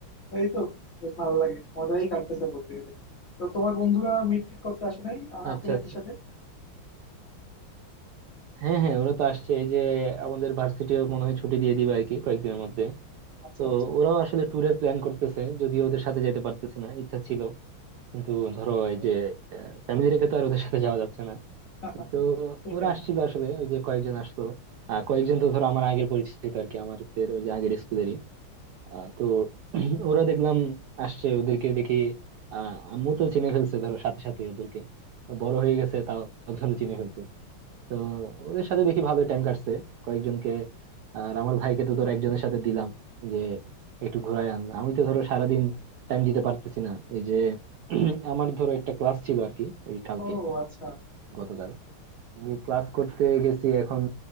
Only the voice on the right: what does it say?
আচ্ছা
আচ্ছা
হ্যাঁ হ্যাঁ ওরা তো আসছে এই যে আমাদের ভার্সিটিও মনে হয় ছুটি দিয়ে দিবে আর কি কয়েকদিনের মধ্যে
তো
ওরাও আসলে ট্যুরের প্ল্যান করতেছে যদিও ওদের সাথে যেতে পারতেছে না ইচ্ছা ছিল কিন্তু ধরো এই যে ফ্যামিলি রেখে তো আর ওদের সাথে যাওয়া যাচ্ছে না
তো
ওরা আসছিল আসলে ওই যে কয়েকজন আসলো আহ, কয়েকজন তো ধরো আমার আগের পরিচিত আর কি আমাদের ওই যে আগের স্কুলেরই আহ, তো <clears throat> ওরা দেখলাম আসছে ওদেরকে দেখি আহ আম্মু তো চিনে ফেলছে ধরো সাথে সাথে ওদেরকে বড় হয়ে গেছে তাও ধরো চিনে ফেলছে তো ওদের সাথে দেখি ভালোই টাইম কাটছে কয়েকজনকে আর আমার ভাইকে তো ধরো একজনের সাথে দিলাম যে একটু ঘুরাই আন আমি তো ধরো সারাদিন টাইম দিতে পারতেছি না এই যে <clears throat> আমার ধরো একটা ক্লাস ছিল আর কি ওই কালকে
গতকাল আমি ক্লাস করতে গেছি এখন